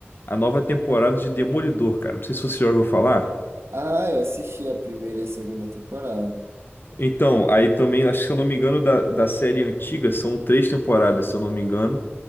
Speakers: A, on the left; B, on the right.
A: a nova temporada de Demolidor, cara. Não sei se você já ouviu falar.
B: Ah, eu assisti a primeira e a segunda temporada.
A: Então, aí também, acho que se eu não me engano, da, da série antiga, são três temporadas, se eu não me engano.